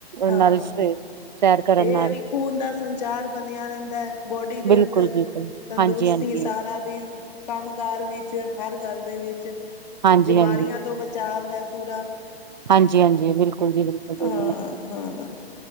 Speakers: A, on the left; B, on the right.
A: ਹਾਂ
B: ਨਾਲ ਸੈਰ ਕਰਨ
A: ਇਹ
B: ਨਾਲ
A: ਹੈ ਵੀ ਖੂਨ ਦਾ ਸੰਚਾਰ ਬਣਿਆ ਰਹਿੰਦਾ ਹੈ, ਬੋਡੀ
B: ਬਿਲਕੁਲ
A: ਦੇ ਅੰਦਰ।
B: ਬਿਲਕੁਲ
A: ਤੰਦਰੁਸਤੀ
B: ਹਾਂਜੀ ਹਾਂਜੀ।
A: ਸਾਰਾ ਦਿਨ ਕੰਮ ਕਾਰ ਵਿੱਚ ਹਰ ਗੱਲ ਦੇ ਵਿੱਚ
B: ਹਾਂਜੀ
A: ਬਿਮਾਰੀਆਂ
B: ਹਾਂਜੀ
A: ਤੋਂ ਬਚਾਵ ਹੈ ਪੂਰਾ
B: ਹਾਂਜੀ ਹਾਂਜੀ ਜੀ ਬਿਲਕੁਲ ਜੀ ਬਿਲਕੁਲ
A: ਹਾਂ
B: ਜੀ
A: ਹਾਂ